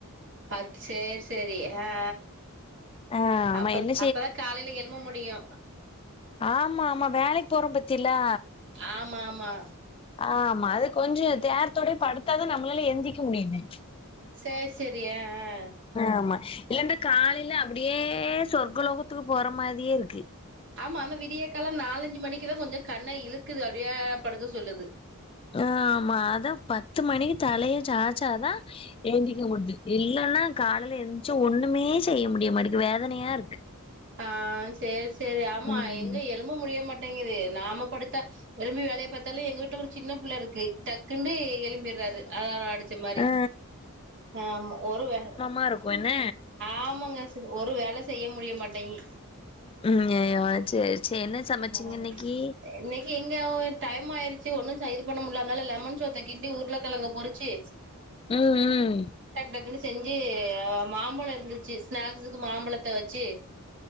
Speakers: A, on the right (about 55°); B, on the left (about 25°).
A: பச் சேர் செரி ஆ
B: ஆ ஆமா
A: அப்ப
B: என்ன
A: அப்பதா காலைல எழும்ப முடியு
B: ஆமாமா வேலைக் போறோ பாத்திலா
A: ஆமா ஆமா
B: ஆமா அது கொஞ்சோ தேரத்தோட படுத்தாத நம்மளால எந்திக முடியுமே
A: சேர் சேரி அ அ
B: ஆமா இல்ல இந்த காலைல அப்டியே சொர்க்கலோகத்துக்கு போற மாரியே இருக்கு
A: ஆமா அந்த விடியகால நாலஞ்சு மணிக்குதா கொஞ்சோ கண்ணா இழுக்குது அப்டியே படுக்க சொல்லுது
B: ஆமா அது பத்து மணிக்கு தலைய சாச்சாதா எந்திக்க முடுது இல்லனா கால்ல எந்துச்சு ஒண்ணுமே செய்ய முடியுமாட்டிக்கு வேதனையா இரு
A: ஆ சேர் செரி ஆமா
B: ம்
A: எங்க எலும்ப முடிய மாட்டேங்குது நாம படுத்தா எலும்பி வேலைய பாத்தாலு எங்கிட்ட ஒரு சின்ன புள்ள இருக்கு டக்குன்னு எலும்பிர்றாரு அலாரோ அடிச்ச மாரி
B: ஆ
A: ஆமா ஒரு வே
B: மா இருக்கு என்ன
A: ஆமாங்க ஒரு வேல செய்ய முடிய மாட்டீங்
B: ம் யோ சேரி சேரி என்ன சமச்சீங்க
A: ஆ
B: இன்னைக்கு
A: இன்னைக்கு எங்க டைம் ஆயிருச்சு ஒன்னு ச இது பண்ண முடில அதனால லெமன் சோத்த கிண்டி உருளகிழங்க பொருச்சு
B: ம் ம்
A: டக்கு டக்குன்னு செ ஞ்சு மாம்பழோ இருந்துச்சு ஸ்நாக்ஸுக்கு மாம்பழத்த வெச்சு